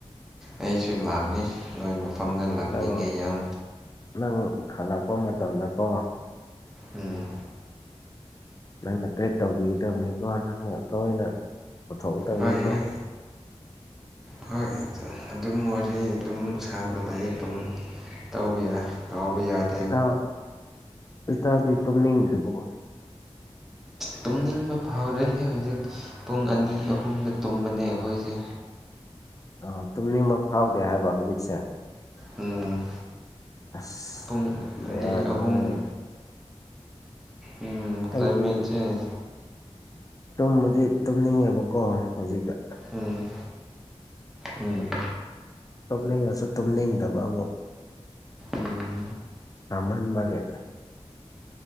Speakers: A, in the centre; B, on the left (about 35°).
A: ꯑꯩꯁꯨ ꯂꯥꯛꯅꯤ ꯅꯣꯏ ꯃꯐꯝꯗ ꯂꯥꯛꯅꯤꯡꯉꯤ
B: ꯅꯪ
A: ꯌꯥꯝ
B: ꯅꯪ ꯍꯜꯂꯛꯄ ꯃꯇꯝꯗꯀꯣ
A: ꯎꯝ꯫
B: ꯅꯪꯅ ꯒꯥꯏꯠ ꯇꯧꯕꯤꯒꯗꯕꯅꯤꯀꯣ ꯅꯪꯅ ꯂꯣꯏꯅ꯫ ꯄꯨꯊꯣꯛꯀꯗꯕꯅꯤꯀꯣ
A: ꯍꯣꯏ ꯍꯣꯏ
B: <inaudible>
A: ꯍꯣꯏ ꯑꯗꯨꯝ ꯋꯥꯔꯤ ꯑꯗꯨꯝ ꯁꯥꯔꯒ ꯂꯩ ꯑꯗꯨꯝ ꯇꯧꯕ ꯌꯥꯏ ꯇꯧꯕꯥ ꯌꯥꯗ
B: ꯏꯇꯧ ꯏꯇꯧꯗꯤ ꯇꯨꯝꯅꯤꯡꯗ꯭ꯔꯤꯕꯣ
A: ꯇꯨꯝꯅꯤꯡꯕ ꯐꯥꯎꯔꯦꯅꯦ ꯍꯧꯖꯤꯛ ꯄꯨꯡ ꯑꯅꯤ ꯑꯍꯨꯝꯗ ꯇꯨꯝꯕꯅꯦ ꯑꯩꯈꯣꯏꯁꯦ꯫
B: ꯑ ꯇꯨꯝꯅꯤꯡꯃꯛ ꯐꯥꯎꯗꯦ ꯍꯥꯏꯕ ꯍꯧꯖꯤꯛꯁꯦ꯫
A: ꯎꯝ
B: ꯑꯁ
A: ꯄꯨꯡ
B: ꯕꯤꯔꯥꯅꯤꯗ꯫
A: ꯑꯅꯤ ꯑꯍꯨꯝ ꯎꯝ ꯀ꯭ꯂꯥꯏꯃꯦꯠ
B: ꯑꯩꯗꯤ
A: ꯆꯦꯟꯖ꯫
B: ꯇꯨꯝꯕꯗꯤ ꯇꯨꯝꯅꯤꯡꯉꯦꯕꯀꯣ ꯍꯧꯖꯤꯛꯇ꯫
A: ꯎꯝ ꯎꯝ
B: ꯇꯨꯝꯅꯤꯡꯉꯁꯨ ꯇꯨꯝꯅꯤꯡꯗꯕ ꯑꯃꯨꯛ
A: ꯎꯝ
B: ꯀꯔꯝ ꯕꯒꯤ